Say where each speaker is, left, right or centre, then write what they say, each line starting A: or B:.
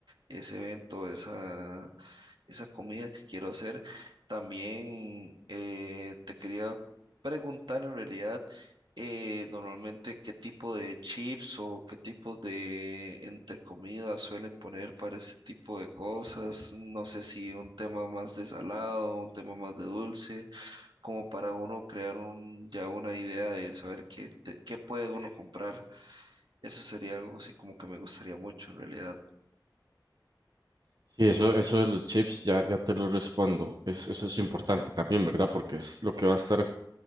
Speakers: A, on the right; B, on the right.
A: ese evento, esa, esa comida que quiero hacer. También eh, te quería preguntar en realidad, eh, normalmente qué tipo de chips o qué tipo de entre comidas suelen poner para ese tipo de cosas. No sé si un tema más de salado, un tema más de dulce, como para uno crear un, ya una idea de saber qué, te- qué puede uno comprar. Eso sería algo así como que me gustaría mucho en realidad.
B: Sí, eso, eso de los chips, ya, ya te lo respondo. Es- eso es importante también, ¿verdad? Porque es lo que va a estar